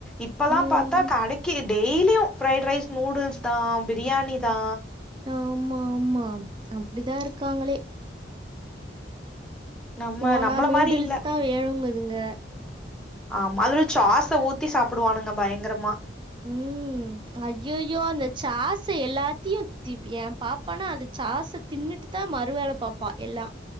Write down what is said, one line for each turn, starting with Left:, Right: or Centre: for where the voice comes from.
Centre: இப்பல்லா
Right: ம்.
Centre: பாத்தா கடைக்கி டெய்லியு ஃரைட் ரைஸ், நூடுல்ஸ்தா, பிரியாணிதா
Right: ஆமா ஆமா அப்டிதா இருக்காங்களே
Centre: நம்ம
Right: போனா
Centre: நம்மள
Right: நூடுல்ஸ்தா
Centre: மாரி இல்ல
Right: வேணுங்குதுங்க
Centre: ஆமா அதுவு சாஸ்ஸ ஊத்தி சாப்டுவானுங்க பயங்கரமா
Right: ம் ஐய்யயோ அந்த சாஸ்ஸ எல்லாத்தியு தி எ பாப்பானா அந்த சாஸ் தின்னுட்டுதா மறு வேல பாப்பா எல்லா